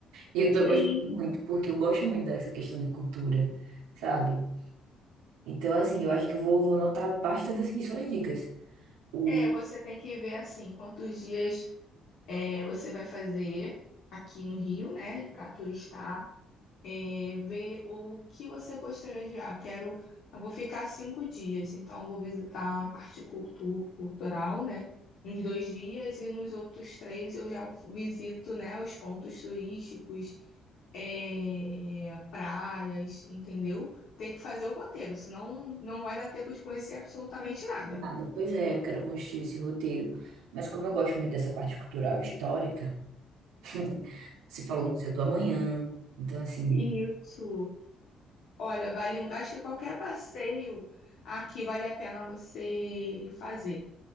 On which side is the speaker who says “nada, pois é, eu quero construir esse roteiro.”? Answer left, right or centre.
Right